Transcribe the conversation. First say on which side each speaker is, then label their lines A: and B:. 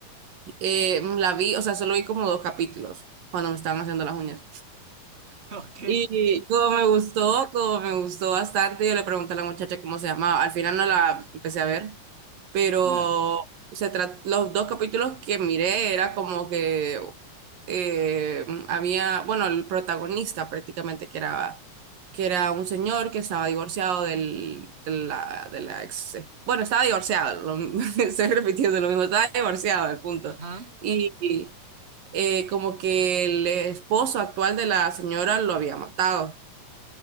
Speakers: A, on the right; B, on the right.
A: eh, la vi, o sea, solo vi como dos capítulos cuando me estaban haciendo las uñas.
B: Ok.
A: Y como me gustó, como me gustó bastante, yo le pregunté a la muchacha cómo se llamaba. Al final no la empecé a ver pero
B: Ya.
A: se sea, los dos capítulos que miré era como que eh, había, bueno, el protagonista prácticamente que era, que era un señor que estaba divorciado del, de la, de la ex, eh, bueno, estaba divorciado, lo- <laughs> estoy repitiendo lo mismo, estaba divorciado, el punto.
B: Ajá.
A: Y, y, eh, como que el esposo actual de la señora lo había matado,